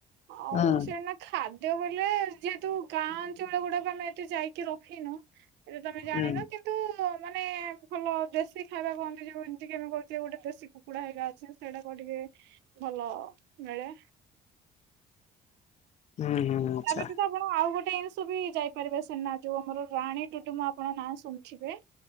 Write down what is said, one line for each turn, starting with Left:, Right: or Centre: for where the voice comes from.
Right: ଆଉ
Left: ହୁଁ
Right: ସେନା ଖାଦ୍ୟ ବଲେ ଯେହେତୁ ଗାଁ ଅଞ୍ଚଳ ଗୁଡାକ ଆମେ ଏତେ ଯାଇକି ରହିନୁ। ଏବେ ତମେ ଜାଣିନ
Left: ହୁଁ
Right: କିନ୍ତୁ ମାନେ ଭଲ ଦେଶୀ ଖାଇବା କୁହନ୍ତି ଯୋଉ ଏମିତି କି ଆମେ କହୁଛ ଗୋଟେ ଦେଶୀ କୁକୁଡା ହେଇଗା ଅଛି ସେଇଟା କ ଟିକେ ଭଲ ମିଳେ।
Left: ହୁଁ ହୁଁ ଆଚ୍ଛା
Right: ତା ବ୍ୟତୀତ ଆପଣ ଆଉ ଗୋଟେ ଜିନିଷ ବି ଯାଇପାରିବେ ସିନା ଯୋଉ ଆମର ରାଣୀ ଟୁଡୁମା ଆପଣଙ୍କ ନାଁ ଶୁଣିିବେ।